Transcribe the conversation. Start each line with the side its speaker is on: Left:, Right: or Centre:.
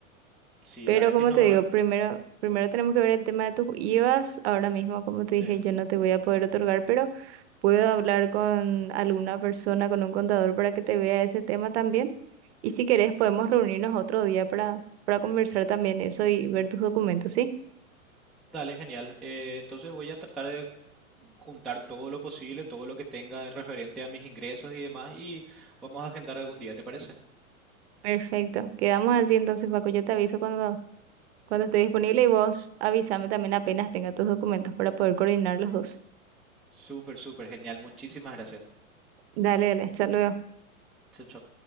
Centre: Sí,
Right: Pero
Centre: la verdad
Right: como
Centre: que no.
Right: te digo, primero, primero tenemos que ver el tema de tus IVAs. Ahora mismo, como te
Centre: Sí.
Right: dije, yo no te voy a poder otorgar, pero puedo hablar con alguna persona, con un contador para que te vea ese tema también. Y si querés, podemos reunirnos otro día para, para conversar también eso y ver tus documentos, ¿sí?
Centre: Dale, genial. Eh, entonces voy a tratar de juntar todo lo posible, todo lo que tenga referente a mis ingresos y demás y vamos a agendar algún día, ¿te parece?
Right: Perfecto. Quedamos así entonces, Paco. Yo te aviso cuando, cuando esté disponible y vos avísame también apenas tenga tus documentos para poder coordinar los dos.
Centre: Súper, súper genial. Muchísimas gracias.
Right: Dale, dale, hasta luego.
Centre: Chau, chau.